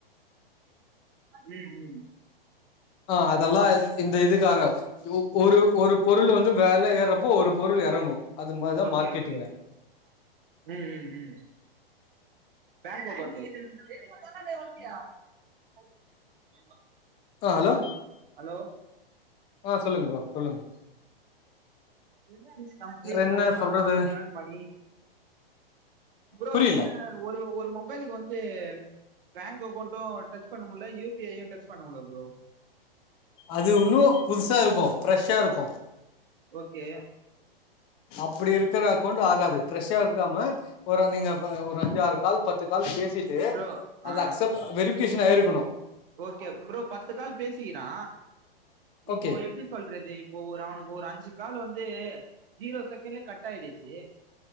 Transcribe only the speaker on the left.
ஆ அதெல்லா இந்த இதுக்காக ஒ ஒரு ஒரு பொருளு வந்து வெல ஏறப்போ ஒரு பொருள் எறங்கு அது மாரிதா
மார்க்கெட்டுங்க
ஆ ஹலோ
ஆ சொல்லுங்க ப்ரோ சொல்லுங்க
வேற என்ன
சொல்றது
புரியல
அது உன்னோ புதுசா இருக்கோ ஃப்ரெஷ்ஷா இருக்கோ
அப்புடி இருக்குற அக்கவுண்ட் ஆகாது ஃபிரஷ்ஷா இருக்காம ஒரு நீங்க வ ஒரு அஞ்சு ஆறு கால் பத்து கால் பேசிட்டு
அது
அக்சப்ட் வெரிபிகேஷன் ஆயிருக்கணோ
ஓகே